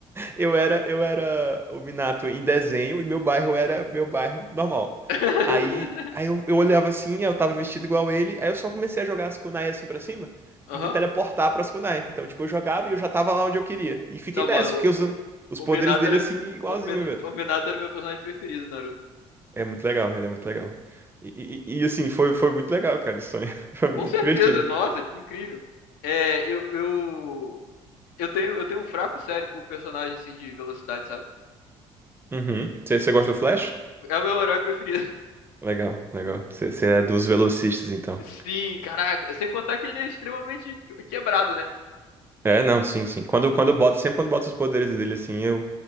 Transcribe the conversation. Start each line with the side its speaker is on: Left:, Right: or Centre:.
Right: Eu era, eu era o Minato em desenho e meu bairro era meu bairro normal.
Left: <laughs>
Right: Aí, aí eu, eu olhava assim, eu tava vestido igual ele, aí eu só comecei a jogar as kunai assim pra cima
Left: Aham.
Right: e me teleportar pra Askunai. Então, tipo, eu jogava e eu já tava lá onde eu queria. E fiquei
Left: Não,
Right: nessa,
Left: mano,
Right: fiquei usando os
Left: o,
Right: poderes
Left: o Minato
Right: dele
Left: era.
Right: assim, igualzinho,
Left: O, Min-
Right: velho.
Left: o Minato era meu personagem preferido, Naruto.
Right: É muito legal, ele é muito legal. E, e- e, assim, foi, foi muito legal, cara, esse sonho. <laughs> Foi muito
Left: Com certeza,
Right: divertido.
Left: nossa, que incrível. É, eu, eu, eu tenho, eu tenho um fraco sério por personagem assim de velocidade, sabe?
Right: Uhum. Você você gosta do Flash?
Left: É o meu herói preferido.
Right: Legal, legal. Você você é dos velocistas, então.
Left: <laughs> Sim, caraca. Sem contar que ele é extremamente quebrado, né?
Right: É, não, sim, sim. Quando, quando bota, sempre quando bota os poderes dele, assim, eu,